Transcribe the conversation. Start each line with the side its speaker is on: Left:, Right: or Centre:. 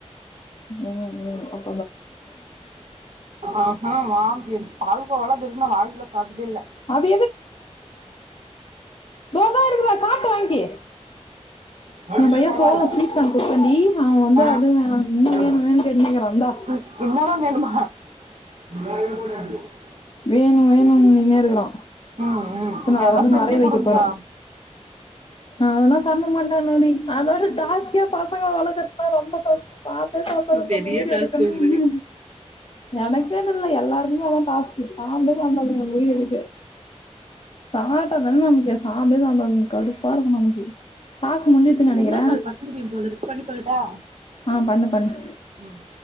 Left: ம் ம் அ
Right: ஆஹா வாந்தி எடு பால்கோவால்லா இதுவரைக்கு நா வாழ்க்கைல சாப்ட்டதே இல்ல
Left: அது தோபா இருக்குபார் சாப்டு வாங்கி
Right: வண்டியில
Left: யேன் பைய
Right: கொள்ளாத
Left: சோளோ ஸ்வீட் கான் குடுத்தேண்டி அவ வந்து
Right: ஆ
Left: அது வேணா இன்னு
Right: வருங்க
Left: வேணு வேணுனு கேட்னு இருக்குறா
Right: ம் என்னதா வேணுமா <unintelligible>
Left: வேணு வேணுன் நின்னுனே இருக்குறா
Right: ம் ம்
Left: இப்ப நா
Right: யார்னா
Left: அத வந்து
Right: செஞ்சு
Left: மறய வைக்க
Right: குடுங்கா
Left: போறே அதெல்லா சாப்டமா ட்டானாடி அத விட டாஸ்க்கே பசங்கள வளக்றதுதா ரொம்ப கஷ்டோ சாப்டவே சாப்டாது
Right: பெரிய
Left: நம்ம உயிர
Right: டாஸ்க்
Left: எடுக்கணுனு
Right: உங்களுக்கு
Left: எனக்குனு இல்ல எல்லாருக்குமே அதா டாஸ்க்கு சாப்டவே சாப்டாதுக உயிர எடுக்கு சாப்ட்டாதான நமக்கு சாப்டவே சாப்டாதுங்க கடுப்பா இருக்கு நமக்கு டாஸ்க் முடிஞ்சுதுன்னு
Right: இப்போ
Left: நெனைக்கிறே
Right: இன்னொரு கால் பண்ண முடியு போல இருக்கு பண்ணி பாக்கட்டா
Left: ஆ பண்ணு பண்ணு
Right: ம்